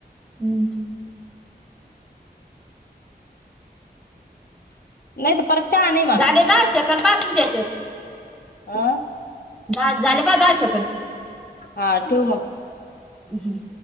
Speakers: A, in the centre; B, on the left.
A: हम्.
B: नाही तर परत चहा नाही म्हणा
A: झाले दहा सेकंड पहा तुमच्या
B: आ
A: दहा झाले पा दहा सेकंद?
B: हा ठिव मग.
A: हम्म.